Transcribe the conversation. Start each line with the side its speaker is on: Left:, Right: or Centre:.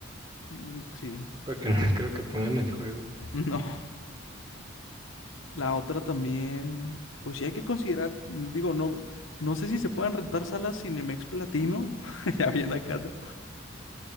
Left: mm, sí.
Right: porque no <laughs> creo que pongan el juego.
Left: <laughs> No. La otra también, pues sí hay que considerar, mm, digo, no, no sé si se pueden rentar salas Cinemex Platino, <laughs> ya bien acá, ¿no?